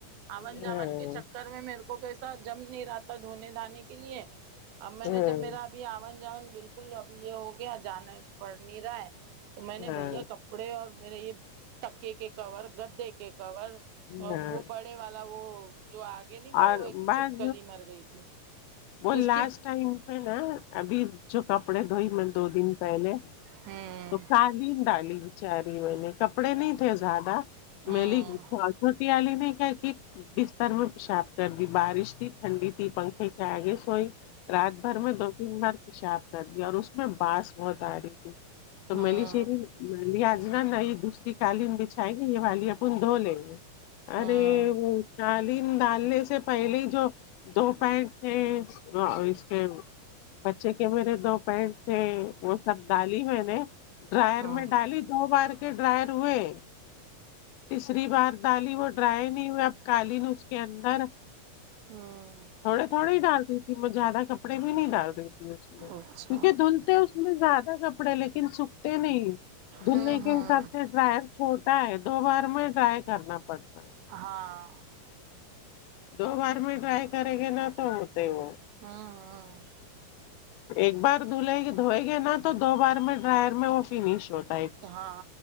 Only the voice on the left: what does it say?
ہاں
ہاں
ہاں
ہاں
ہاں
اور
بعض
وہ
لاسٹ
ٹائم پے نا ابھی جو کپڑے دھوئی میں دو دن پہلے
تو کالین ڈالی بچاری میں نے کپڑے نہیں دھوے زیادہ
میلی چھوٹی والی نے کیا کی بستر میں پیشاب کر دی بارش تھی ٹنھڈی تھی پنکھے کہ اگے سوئی رات بھر میں دو تین بار پیشاب کر دیا اور اس میں بانس بہت آ رہی تھی تو
ملی شیری میں بھی آج نہ نیی دوسری کالین بچائے یہ والی اپن دھو لے گے ارے
وہ چالین ڈالنے سے پہلے ہی جو دو پینٹ تھے اور اسکے بچے کے میرے دو پینڈ تھے وہ سب ڈالی میں نے ڈرائر
میں ڈالی دو بار کے ڈرائر ہوئے تیسری بار دالی وہ ڈرائی نہیں ہوئے اب کالین اس کے اندر
تھوڑے تھوڑے ہی ڈالتی میں زیادہ کپڑے بھی نہیں ڈال دیتی اس میں
کیونکہ دھلتے اس میں زیادہ کپڑے لیکن سوکھتے نہیں دھلنے
کے حساب سے ڈرائر چھوٹا ہے دو بار میں ڈرائی کرنا پڑتا
دو بار میں ٹرائی کریں گے نہ تو ہوتے وہ
ایک بار دھلے گی دھوئے گے نا تو دو بار میں ڈرائر میں وہ فنش ہوتی